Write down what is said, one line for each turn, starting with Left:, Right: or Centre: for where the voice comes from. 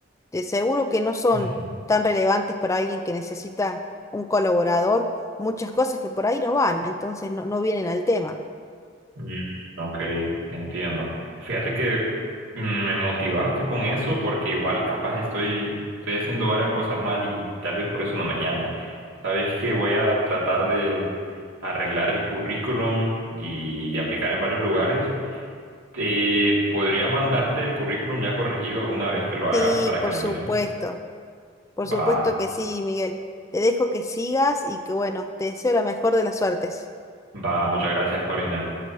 Left: de seguro que no son
Right: Mm.
Left: tan relevantes para alguien que necesita un colaborador, muchas cosas que por ahí no van, entonces no, no vienen al tema.
Right: Mm, ok, entiendo. Fíjate que mm, me motivaste con eso porque igual capaz estoy, estoy haciendo varias cosas mal y tal vez por eso no me llaman. Sabes que voy a tratar de arreglar el currículum y aplicar en varios lugares. Eh, podría mandarte el currículum ya corregido una vez que lo haga
Left: Sí,
Right: para
Left: por
Right: que lo
Left: supuesto,
Right: mires.
Left: por supuesto
Right: Va,
Left: que sí, Miguel. Te dejo que sigas y que bueno, te deseo la mejor de las suertes.
Right: va, muchas gracias, Corina.